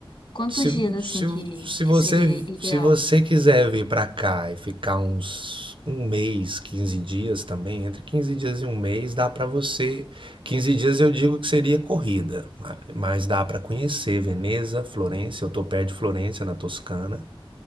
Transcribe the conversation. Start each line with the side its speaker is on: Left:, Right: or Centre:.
Left: Quantos
Right: Se,
Left: dias, assim,
Right: se,
Left: que,
Right: se
Left: que
Right: você,
Left: seria ideal?
Right: se você quiser vir pra cá e ficar uns um mês, 15 dias também, entre 15 dias e um mês, dá pra você. quinze dias eu digo que seria corrida, ma- mas dá pra conhecer Veneza, Florença, eu tô perto de Florença, na Toscana,